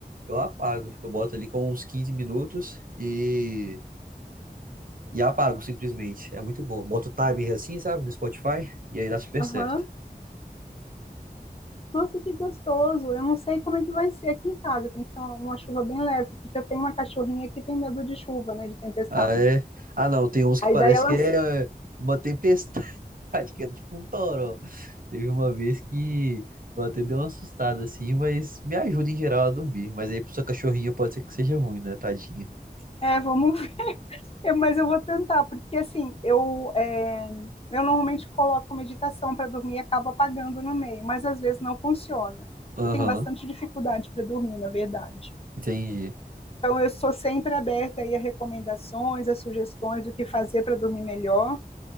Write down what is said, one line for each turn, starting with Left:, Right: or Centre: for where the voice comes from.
Right: eu apago. Eu boto ali com uns 15 minutos e, e apago simplesmente. É muito bom. Boto o timer assim, sabe, no Spotify. E aí dá super
Left: Aham.
Right: certo.
Left: Nossa, que gostoso! Eu não sei como é que vai ser aqui em casa. Tem que ser uma, uma chuva bem leve, porque eu tenho uma cachorrinha que tem medo de chuva, né? De tempestade.
Right: Ah, é? Ah, não, tem uns que
Left: Aí
Right: parece
Left: daí ela.
Right: que é é uma tempestade, <laughs> que é tipo um toró. Teve uma vez que eu até dei uma assustada assim, mas me ajuda em geral a dormir. Mas aí pra sua cachorrinha pode ser que seja ruim, né, tadinha?
Left: É, vamos Eu- mas eu vou tentar, porque assim, eu, é, eu normalmente coloco meditação para dormir e acabo apagando no meio, mas às vezes não funciona.
Right: Aham,
Left: Eu tenho bastante dificuldade para dormir, na verdade.
Right: entendi.
Left: Então, eu sou sempre aberta aí a recomendações, a sugestões do que fazer para dormir melhor,